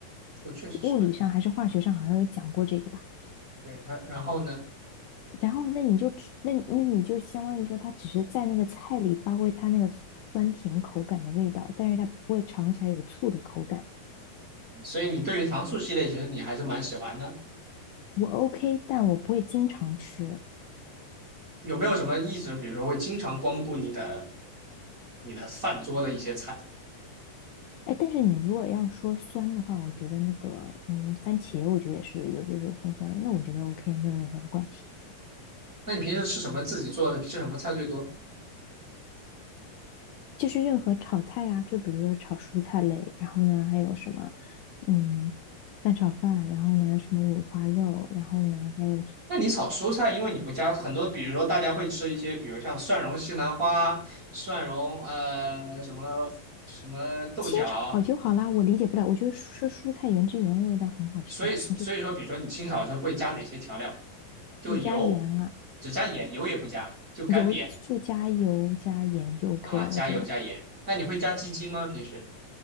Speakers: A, on the right; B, on the left.
A: 我确实是会，
B: 物理上还是化学上好像有讲过这个吧？
A: 对它。然后呢，
B: 然后那你就吃，那那你就相当于说，它只是在那个菜里发挥它那个酸甜口感的味道，但是它不会尝起来有醋的口感。
A: 所以你对于糖醋系列其实你还是蛮喜欢的。
B: 我 OK，但我不会经常吃。
A: 有没有什么一直，比如说会经常光顾你的你的饭桌的一些菜？
B: 哎，但是你如果要说酸的话，我觉得那个嗯，番茄我觉得也是有些时候酸酸的，那我觉得 OK，没有任何的关系。
A: 那你平时吃什么？自己做的吃什么菜最多？
B: 就是任何炒菜啊，就比如说炒蔬菜类，然后呢还有什么，嗯，蛋炒饭，然后呢什么五花肉，然后呢还有
A: 那你炒蔬菜，因为你不加很多，比如说大家会吃一些，比如像蒜蓉西兰花、蒜蓉呃什么什么豆角，
B: 清炒就好啦。我理解不了，我觉得蔬蔬菜原汁原味的很好吃啊，
A: 所以所以说，
B: 你就
A: 比如说你清炒的时候会加哪些调料？就油，
B: 只加盐啊，
A: 只加盐，油也不加，就干煸
B: 油就加油加盐就 OK
A: 啊，
B: 了。
A: 加油加盐。
B: 我觉得
A: 那你会加鸡精吗？平时？